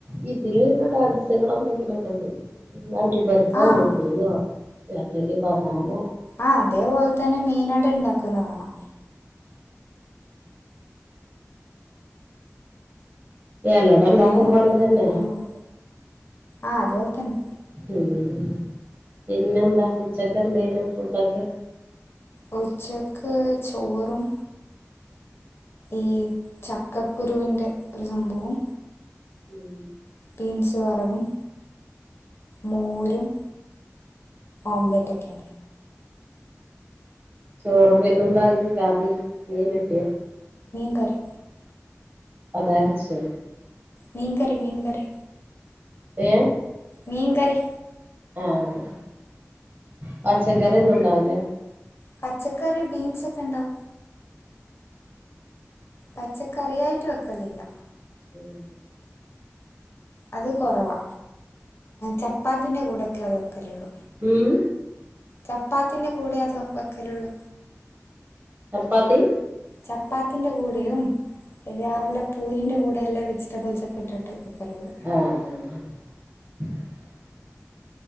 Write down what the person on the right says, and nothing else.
ഇ ഇതില് നട്സുകൾ എന്തൊക്കിലൊക്കെ <unintelligible> അണ്ടിപ്പരിപ്പോ
മുന്ദിരോ അല്ലങ്കിൽ ബ ദാമോ
ഇലട ഉണ്ടാക്കും
പ്പോലെ തന്നെ
ഉം പിന്നെന്ത ഉച്ചക്കെന്തേനു ഫുഡൊക്കെ
ഉം
ചോറും പിന്നെന്തായിക്ക് കറി മീൻ ഇട്ടിയ
അതാർചോ
ഏ
ആഹ പച്ചക്കറി ഒന്നും ഉണ്ടാവില
ഉം
ഹം
ചപ്പാത്തി
ആഹ